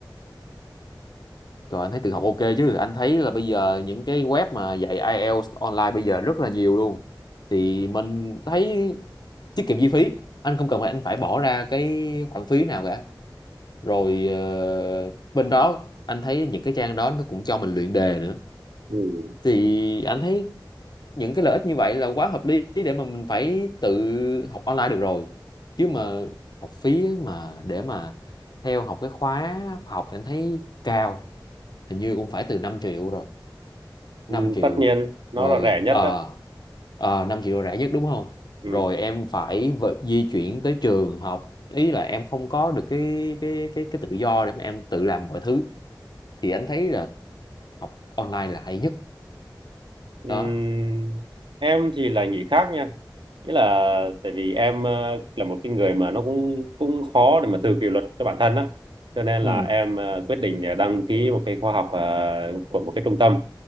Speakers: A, on the left; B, on the right.
A: Rồi anh thấy tự học ok chứ. Anh thấy là bây giờ những cái web mà dạy IELTS online bây giờ rất là nhiều luôn. Thì mình thấy tiết kiệm chi phí. Anh không cần phải anh phải bỏ ra cái khoản phí nào cả rồi ờ, bên đó anh thấy những cái trang đó nó cũng cho mình luyện đề nữa
B: Ừ.
A: thì anh thấy những cái lợi ích như vậy là quá hợp lý để mà mình phải tự học online được rồi chứ mà học phí mà để mà theo học cái khóa học thì anh thấy cao hình như cũng phải từ 5 triệu rồi
B: Ừ,
A: 5 triệu
B: tất nhiên nó
A: rồi
B: là rẻ nhất
A: ờ
B: đó
A: ờ 5 triệu là rẻ nhất đúng không
B: Ừ.
A: rồi em phải vợ- di chuyển tới trường học ý là em không có được cái cái cái cái tự do để mà em tự làm mọi thứ thì anh thấy là học online là hay nhất
B: Ừm,
A: đó
B: em thì là nghĩ khác nha nghĩa là tại vì em ờ, là một cái người mà nó cũng cũng khó để mà tự kỷ luật cho bản thân á cho nên
A: ừ
B: là em ờ, quyết định để đăng ký một cái khóa học ờ, của một cái trung tâm